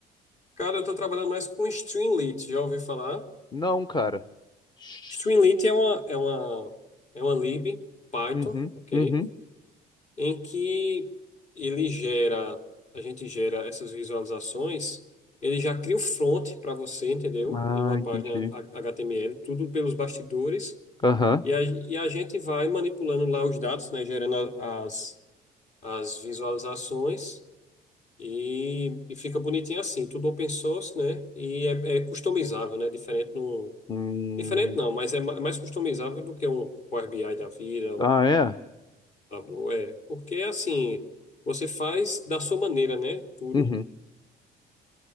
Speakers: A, on the left (about 45°); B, on the left (about 25°).
A: Cara, eu estou trabalhando mais com Streamlit, já ouvi falar?
B: Não, cara. Shhh.
A: Streamlit é uma, é uma, é uma lib Python,
B: Uhum,
A: ok?
B: uhum.
A: Em que ele gera, a gente gera essas visualizações, ele já cria o front para você, entendeu?
B: Ah,
A: Em uma
B: entendi.
A: página H- HTML, tudo pelos bastidores,
B: Aham.
A: e a, e a gente vai manipulando lá os dados, né, gerando a- as as visualizações e, e fica bonitinho assim, tudo open source, né? E é, é customizável, né? Diferente no,
B: Hum.
A: diferente não, mas é ma- é mais customizável do que um Power BI da vida, um
B: Ah, é?
A: Tableau, é, porque assim, você faz da sua maneira, né? Tudo.
B: Uhum.